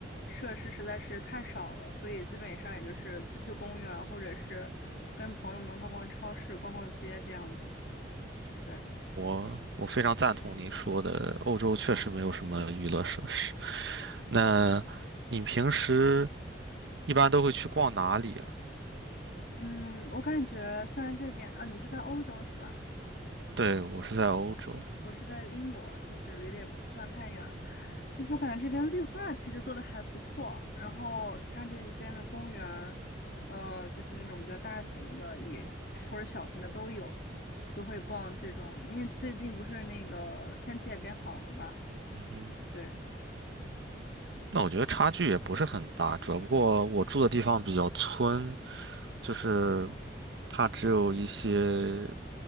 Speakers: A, on the left (about 55°); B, on the right (about 70°).
A: 设施实在是太少了，所以基本上也就是去去公园，或者是跟朋友们逛逛超市、逛逛街这样子。对，
B: 我我非常赞同你说的，欧洲确实没有什么娱乐设施。那你平时一般都会去逛哪里啊？
A: 嗯，我感觉虽然这边啊，你是在欧洲是吧？
B: 对，我是在欧洲。
A: 我是在英国，就是离得也不算太远。就是我感觉这边绿化其实做的还不错，然后它这边的公园，呃，就是那种比较大型的也或者小型的都有，就会逛这种。因为最近不是那个天气也变好了嘛，
B: 嗯哼，
A: 对，
B: 那我觉得差距也不是很大，主要不过我住的地方比较村，就是它只有一些。